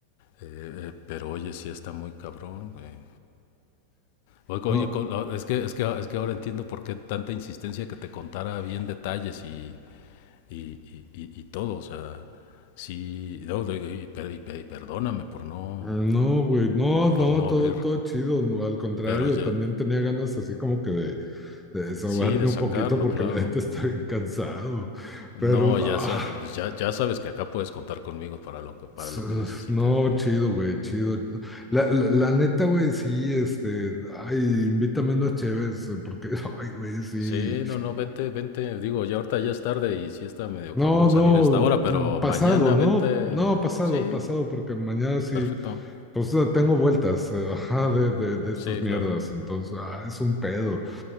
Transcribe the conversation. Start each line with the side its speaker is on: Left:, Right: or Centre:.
Left: Eh, eh, pero oye, sí está muy cabrón, güey. Oye,
Centre: no.
Left: es que, es que, es que ahora entiendo por qué tanta insistencia que te contara bien detalles y, y, y, y- y todo. O sea, sí, no, de- y, per- y per- y perdóname por no,
Centre: No, güey, no,
Left: por, por
Centre: no,
Left: no
Centre: todo,
Left: abrir.
Centre: todo chido, no, al contrario,
Left: Pero ya,
Centre: también tenía ganas así como que de, desahogarme
Left: sí, de sacarlo,
Centre: un poquito porque
Left: claro.
Centre: la gente está bien <laughs> cansado. Pero,
Left: No, ya,
Centre: ah,
Left: sa- pues ya, ya sabes que acá puedes contar conmigo para lo que, para
Centre: s-
Left: lo que necesites,
Centre: no,
Left: güey.
Centre: chido, güey, chido. La, la, la neta, güey, sí, este, ay, invítame unos cheves, porque, <laughs> ay, güey, sí.
Left: Sí, no, no, vente, vente. Digo, ya ahorita ya es tarde y sí está medio
Centre: No,
Left: cabrón
Centre: no,
Left: salir a esta hora, pero
Centre: mm, pasado,
Left: mañana
Centre: no,
Left: vente.
Centre: no, pasado,
Left: Sí,
Centre: pasado, porque mañana sí,
Left: perfecto.
Centre: pues eh, tengo vueltas, eh, ajá, de, de, de estas
Left: Sí, claro.
Centre: mierdas, entonces, ah, es un pedo.